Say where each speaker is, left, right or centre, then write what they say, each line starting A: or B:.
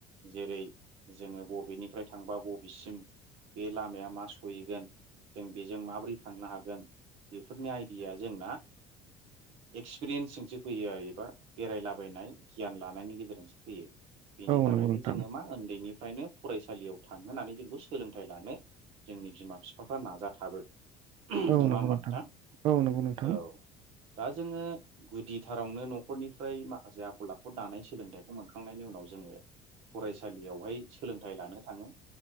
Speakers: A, on the right; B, on the right.
A: जेरै जोंङो बबेनिफ्राय थांबा बबेसिम बे लामाया मा सहैगोन जों बेजों माबोरै थांनो हागोन बेफोरनि आइडिया जोंना एक्सपिरियेन्सजोंसो फैयो एबा बेरायलाबायनाय गियान लानायनि गेजेरजोंसो फैयो बेनि
B: औ
A: थाखायनो
B: नंगौ नोंथां
A: जोंङो मा ओन्दैनिफ्रायनो फरायसालियाव थांहोनानै जोंखौ सोलोंथाइ लानो जोंनि बिमा बिफाफ्रा नाजाथाबो
B: औ
A: नंङा
B: नंगौ
A: होमबा नोंथां?
B: औ नंगौ नोंथां
A: औ दा जोंङो गुदि थारावनो न'खरनिफ्राय माखासे आखल आखु दानाय सोलोंथाइखौ मोनखांनायनि उनाव जोंङो फरायसालियावहाय सोलोंथाइ लानो थांङो।